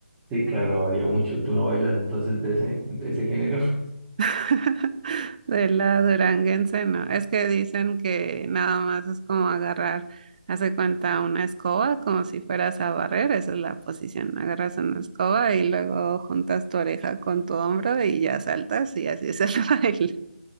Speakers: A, on the right (about 15°); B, on the right (about 40°).
A: sí, claro, varía mucho. ¿Tú no bailas entonces de ese, de ese género? <laughs>
B: <laughs> De la duranguense, no. Es que dicen que nada más es como agarrar, hace cuenta una escoba, como si fueras a barrer, esa es la posición. Agarras una escoba y luego juntas tu oreja con tu hombro y ya saltas y así es el <laughs> baile.